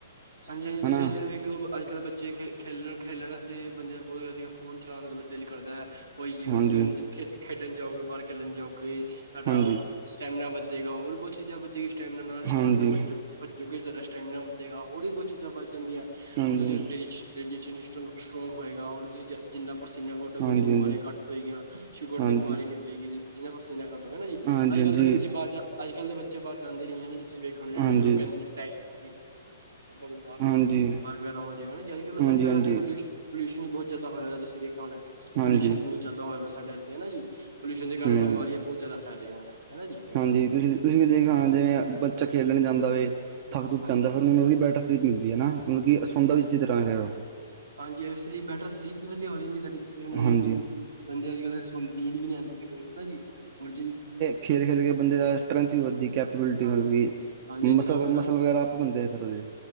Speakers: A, on the right; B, on the right.
A: <unintelligible> <inaudible> ਅੱਜ-ਕੱਲ
B: ਹਨਾ
A: ਬੱਚੇੇ ਖੇ ਖੇਲਣ-ਖੇਲਣ ਅੱਸੇ ਬੰਦੇ ਦਾ ਬਹੁਤ ਫੋਨ ਚਲਾਣ ਦਾ ਦਿਲ ਕਰਦੈ। ਕੋਈ ਜਿਵੇਂ
B: ਹਾਂਜੀ
A: ਤੁਸੀਂ ਹੁਣ ਖੇਡਣ ਜਾਓਗੇ ਬਾਹਰ ਖੇਲਣ ਜਾਓਗੇ ਤੁਹਾਡਾ
B: ਹਾਂਜੀ
A: ਸਟੈਮੀਨਾ ਵਧੇਗਾ ਹੋਰ ਬਹੁਤ ਚੀਜ਼ਾਂ ਵਧੇਗੀ ਸਟੈਮੀਨਾ ਨਾਲ
B: ਹਾਂਜੀ
A: ਸਟੈਮੀਨਾ ਵੱਜੋ ਵੱਜੋਗੇ ਸਾਡਾ ਸਟੈਮੀਨਾ ਵਧੇਗਾ। ਹੋੜੇ ਬਹੁਤ ਚੀਜ਼ਾਂ ਵੱਧ ਜਾਂਦੀਐਂ
B: ਹਾਂਜੀ
A: ਉਰ ਡਾਇ ਡਾਇਜੇਸਨ ਸਿਸਟਮ ਸਟਰੋਂਗ ਹੋਏਗਾ ਹੋਰ ਤੁਸੀਂ ਜ ਜਿੰਨਾ ਪਰਸੀਨਾ ਕੱਢੋਗੇ
B: ਹਾਂਜੀ
A: ਉਨੀ ਬਿਮਾਰੀਆਂ
B: ਹਾਂਜੀ
A: ਘੱਟ ਹੋਏਗੀਆਂ ਸ਼ੂਗਰ
B: ਹਾਂਜੀ
A: ਦੀ ਬਿਮਾਰੀ ਨੀ ਹੋਏਗੀ ਜਿੰਨਾ ਪਰਸੀਨਾ ਹਨਾ ਜੀ
B: ਹਾਂਜੀ
A: ਅੱਜ-ਕੱਲ ਦੇ ਬੱਚੇ
B: ਹਾਂਜੀ
A: ਬਾਹਰ ਜਾ ਅੱਜ-ਕੱਲ ਦੇ ਬੱਚੇ ਬਾਰ ਜਾਂਦੇ ਨੀ ਐ ਨਾ ਜੀ ਤੁਸੀਂ ਵੇਖੋ
B: ਹਾਂਜੀ
A: ਕਹਿੰਦੇ ਨੇ ਟੇਮ ਹੋ ਜੀ ਸਾਨੂੰ ਆਪਾਂ ਬਿਮਾਰ ਹੋਜਾ
B: ਹਾਂਜੀ
A: ਗੇ ਬੁਖਾਰ ਵਗੈਰਾ ਹੋਜੇਗਾ ਹਨਾ ਜੀ ਅ ਕੱਲ
B: ਹਾਂਜੀ
A: ਅੱਜ-ਕੱਲ
B: ਹਾਂਜੀ ਹਾਂਜੀ
A: ਵੈਸੇ ਪਲਿਊਸ਼ ਪੋਲਿਊਸ਼ਨ ਵੀ ਬਹੁਤ ਜ਼ਿਆਦਾ ਹੋਆ ਤੁਸੀ ਵੇਖਿਆ ਹੋਣੈ। ਪੋਲਿਊਸ਼ਨ
B: ਹਾਂਜੀ
A: ਬਹੁਤ ਜ਼ਿਆਦਾ ਹੋਇਆ ਵਾ ਸਾਡੇ ਇੱਥੇ ਹਨਾ ਜੀ ਪੋਲਿਊਸ਼ਨ ਦੇ ਕਾਰਨ
B: ਹੂੰ
A: ਬਿਮਾਰੀਆਂ ਬਹੁਤ ਜ਼ਿਆਦਾ ਫੈਲ ਰਹੀਆਂ ਹਨਾ ਜੀ।
B: ਹਾਂਜੀ ਤੁਸੀਂ, ਤੁਸੀਂ ਵੀ ਦੇਖਿਆ ਹੋਣੈ ਜਿਵੇਂ ਬੱਚਾ ਖੇਲਣ ਜਾਂਦਾ ਵੇ ਥੱਕ ਥੁਕ
A: ਹਾਂਜੀ
B: ਕੇ ਆਂਦਾ ਫਿਰ ਉਹਨੂੰ ਮਲਬ ਕੀ ਬੈਟ 'ਤੇ ਪੀ ਵੀ ਹਨਾ ਮਤਲਬ ਕਿ ਸੋਂਦਾ ਵੀ ਜਿੱਦ ਨਾਲ ਏ ਉਹ।
A: ਹਾਂਜੀ ਏ ਸਲੀਪ ਬੈਟਰ ਸਲੀਪ ਵੀ ਵਧੀਆ ਹੋ ਈ ਨੀ ਸਕਦੀ। ਹੁਣ ਅੱਜ
B: ਹਾਂਜੀ
A: ਬੰਦ ਬੰਦੇ ਅੱਜ-ਕੱਲ ਸੋ ਨੀਂਦ ਵੀ ਨੀ ਆਂਦੀ ਕਈਆਂ ਨੂੰ ਹਨਾ ਜੀ ਉਰ
B: ਖੇਲ-ਖੇਲ ਕੇ ਬੰਦੇ ਦਾ ਸਟਰੈਂਥ ਵੀ ਵੱਧੀ ਗਾ। ਬਿਲਟੀ
A: ਹਾਂਜੀ
B: ਬਣਗੀ
A: ਹਾਂਜੀ ਹਾਂਜੀ
B: ਮਸਲ
A: ਥਕਾਵਟ ਘੱਟ
B: ਮਸਲ ਵਗੈਰਾ ਆਪੇ ਬਣਦੇ ਫੇਰ ਉਹਦੇ।